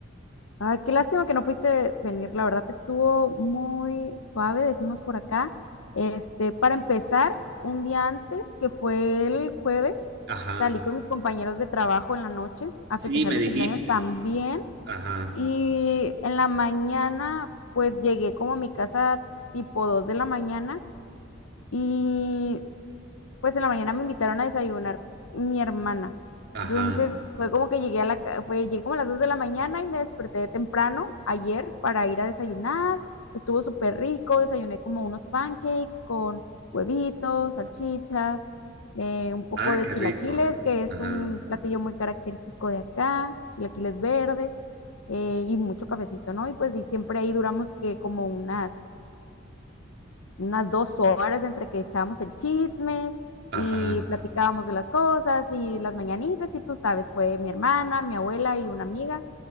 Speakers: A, on the left (about 85°); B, on the right (about 55°).
A: Ay, qué lástima que no pudiste venir, la verdad estuvo muy suave, decimos por acá. Este, para empezar, un día antes, que fue el jueves,
B: Ajá,
A: salí con mis compañeros de trabajo en la noche a
B: sí,
A: festejar
B: me
A: mi
B: dijiste.
A: cumpleaños también
B: Ajá,
A: y en la mañana, pues llegué como a mi casa tipo 2 de la mañana. Y pues en la mañana me invitaron a desayunar mi hermana.
B: ajá.
A: Entonces fue como que llegué a la, ca- fue, llegué como a las 2 de la mañana y me desperté temprano ayer para ir a desayunar. Estuvo súper rico, desayuné como unos pancakes con huevitos, salchicha, eh, un poco
B: Ah,
A: de
B: qué
A: chilaquiles,
B: rico.
A: que es
B: Ajá,
A: un platillo muy característico de acá, chilaquiles verdes, eh, y mucho cafecito, ¿no? Y pues y siempre ahí duramos que como unas unas dos horas entre que echábamos el chisme
B: ajá.
A: y platicábamos de las cosas y las mañanitas y tú sabes, fue mi hermana, mi abuela y una amiga